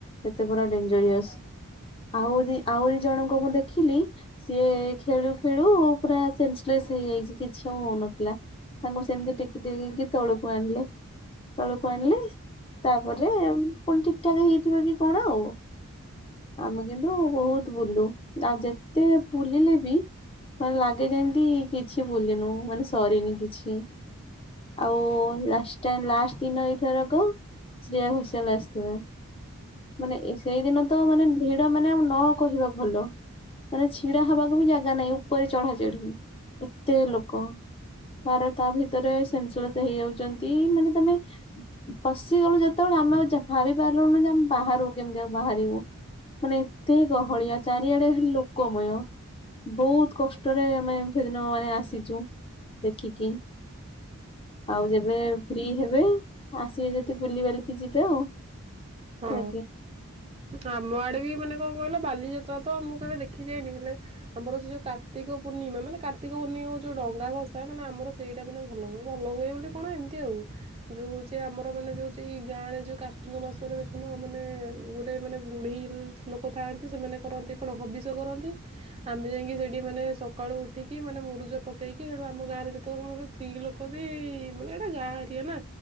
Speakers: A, on the left; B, on the right.
A: ଏତେ ପୁରା ଡେଞ୍ଜରିଅସ ଆହୁରି ଆହୁରି ଜଣଙ୍କୁ ମୁଁ ଦେଖିଲି ସିଏ ଖେଳୁ ଖେଳୁ ପୁରା ସେନ୍ସଲେସ ହେଇଯାଇଛି କିଛି ଆଉ ହଉନଥିଲା। ତାଙ୍କୁ ସେମିତି ଟେକି ଟେକିକି ତଳକୁ ଆଣିଲେ। ତଳକୁ ଆଣିଲେ ତାପରେ ପୁଣି ଠିକ୍ ଠାକ୍ ହେଇଥିବ କି କଣ ଆଉ। ଆମେ କିନ୍ତୁ ବହୁତ ବୁଲୁ ଆଉ ଯେତେ ବୁଲିଲେ ବି ମାନେ ଲାଗେ ଯେମତି କିଛି ବୁଲିନୁ ମାନେ ସରିନି କିଛି। ଆଉ ଲାଷ୍ଟ ଲାଷ୍ଟ ଦିନ ଏଇଥରକ ଶ୍ରେୟା ଘୋଷାଲ୍ ଆସିଥିଲେ। ମାନେ ଏ ସେଇଦିନ ତ ମାନେ ଭିଡ ମାନେ ଆଉ ନ କହିବା ଭଲ। ମାନେ ଛିଡା ହବାକୁ ବି ଜାଗା ନାହିଁ ଉପରେ ଚଢାଚଢି ଏତେ ଲୋକ। ତାପରେ ତା ଭିତରେ ସେନ୍ସଲେସ ହେଇଯାଉଛନ୍ତି ମାନେ ତମେ ପଶିଗଲୁ ଯେତେବେଳେ ଆମେ ଆଉ ଯା ଭାବି ପାରିଲୁନୁ ଯେ ଆମେ ବାହାରକୁ କେମିତି ଆଉ ବାହାରିବୁ। ମାନେ ଏତେ ଗହଳିଆ ଚାରିଆଡେ ଖାଲି ଲୋକମୟ। ବହୁତ କଷ୍ଟରେ ଆମେ ସେଦିନ ମାନେ ଆସିଛୁ ଦେଖିକି। ଆଉ ଯେବେ ଫ୍ରି ହେବେ ଆସିବେ ଯଦି ବୁଲି ବାଲିକି ଯିବେ ଆଉ।
B: ହଁ।
A: ହେଲା କି।
B: ଆମ ଆଡେ ବି ମାନେ କଣ କହିଲ ବାଲିଯାତ୍ରା ତ ମୁଁ କେବେ ଦେଖିଯାଇନି ହେଲେ। ଆମର ସେ ଯୋଉ କାର୍ତ୍ତିକ ପୂର୍ଣ୍ଣିମା ମାନେ କାର୍ତିକ ପୂର୍ଣିମାକୁ ଯୋଉ ଡଙ୍ଗା ଭସା ମାନେ ଆମର ସେଇଟା ମାନେ ଭଲ ହୁଏ ଭଲ ହୁଏ ବୋଲି କଣ ଏମିତି ଆଉ। ଯୋଉ ହଉଛି ଆମର ମାନେ ଯୋଉ ହ ଗାଁରେ ଯୋଉ କାର୍ତ୍ତିକ ମାସରେ ଦେ କଣ ମାନେ ଗୁରେ ମାନେ ବୁଢ଼ୀ ଲୋକ ଥାଆନ୍ତି ସେମାନେ କରନ୍ତି କଣ ହବିଷ କରନ୍ତି। ଆମେ ଯାଇକି ସେଇଠି ମାନେ ସକାଳୁ ଉଠିକି ମାନେ ମୁରୁଜ ପ ଦେଇକି ସେଠୁ ଆମ ଗାଁରେ ଯେତେ କୌଣସି ସ୍ତ୍ରୀ ଲୋକ ବି ମାନେ ଏଇଟା ଗାଁ ଏରିଆ ନା।